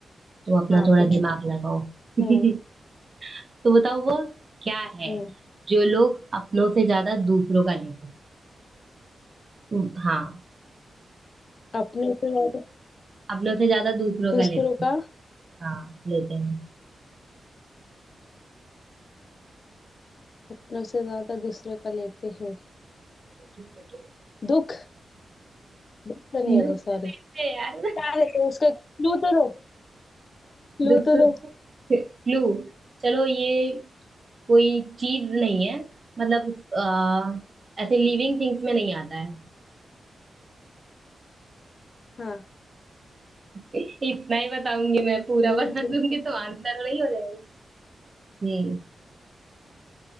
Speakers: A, on the right; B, on the left.
A: तुम अपना
B: हाँ
A: थोड़ा
B: पूछो
A: दिमाग लगाओ <laughs>
B: हम्म
A: तो बताओ वो क्या है
B: हम्म
A: जो लोग अपनों से ज्यादा दूसरों का लेते हैं हम्म, हाँ
B: अपने से याद
A: अपनों से ज्यादा दूसरों
B: दूसरों
A: का लेते हैं
B: का
A: हाँ लेते
B: अपनों से ज्यादा दूसरों का लेते हैं
A: हैं
B: दुख दुख तो नहीं
A: दुख
B: होगा सॉरी
A: है यार
B: क्या रहते हैं उसका क्लू तो दो क्लू
A: दुख
B: तो
A: तो
B: दो
A: दुख क्लू चलो ये कोई चीज नहीं है मतलब अ, ऐसे लिविंग थिंग्स में नहीं आता है
B: हाँ
A: इतना ही बताऊंगी मैं पूरा
B: लिविंग
A: बता
B: थिंग
A: दूंगी तो आंसर नहीं हो जाएगा हम्म